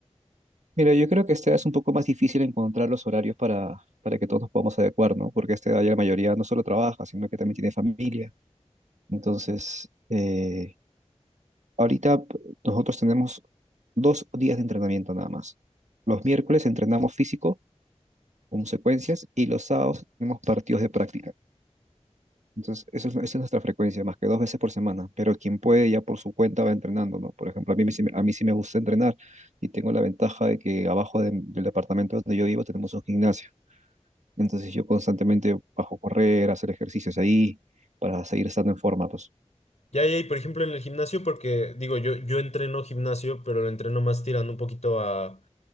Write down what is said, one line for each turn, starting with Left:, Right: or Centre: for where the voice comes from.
Right: Mira, yo creo que este es un poco más difícil encontrar los horarios para, para que todos nos podamos adecuar, ¿no? Porque este, ya la mayoría no solo trabaja, sino que también tiene familia. Entonces, eh, ahorita p- nosotros tenemos dos días de entrenamiento nada más. Los miércoles entrenamos físico con secuencias y los sábados tenemos partidos de práctica. Entonces, eso es, esa es nuestra frecuencia, más que dos veces por semana. Pero quien puede ya por su cuenta va entrenando, ¿no? Por ejemplo, a mí, me- sí me- a mí sí me gusta entrenar y tengo la ventaja de que abajo de- del departamento donde yo vivo tenemos un gimnasio. Entonces, yo constantemente bajo a correr, a hacer ejercicios ahí para seguir estando en forma, pues.
Left: Ya, ya, y por ejemplo en el gimnasio, porque digo, yo, yo entreno gimnasio, pero lo entreno más tirando un poquito a